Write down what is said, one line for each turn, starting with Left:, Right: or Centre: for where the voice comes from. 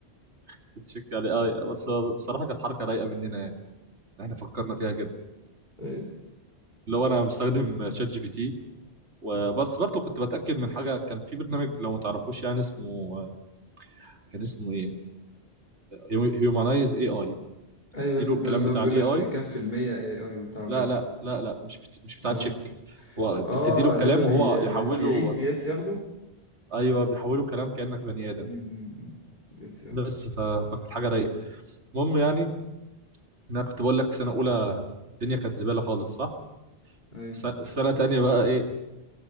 Right: <laughs> تشيك على اي بس بصراحه كانت حركه رايقه مننا يعني احنا فكرنا فيها كده
Left: ايوه
Right: اللي هو انا مستخدم شات جي بي تي وبس برضه كنت بتاكد من حاجه كان في برنامج لو ما تعرفوش يعني اسمه كان اسمه ايه هيومانايز اي اي
Left: ايوه
Right: بتدي
Left: بس
Right: له الكلام
Left: ده اللي
Right: بتاع
Left: هو بيقول
Right: الاي
Left: لك
Right: اي
Left: كام في المية اي اي وبتاع وكده
Right: لا لا لا لا مش بت... مش
Left: ما
Right: بتاع تشيك هو انت
Left: اه
Right: بتدي له الكلام
Left: ده اللي هو بي...
Right: وهو يحوله
Left: بيعيد بيات ياخده
Right: ايوه بيحوله كلام كانك بني ادم
Left: امم
Right: يعني
Left: اتساب
Right: بس ف... فكانت حاجه رايقه المهم يعني إن انا كنت بقول لك في سنه اولى الدنيا كانت زباله خالص صح
Left: ايوه
Right: في سنه في سنة تانية بقى ايه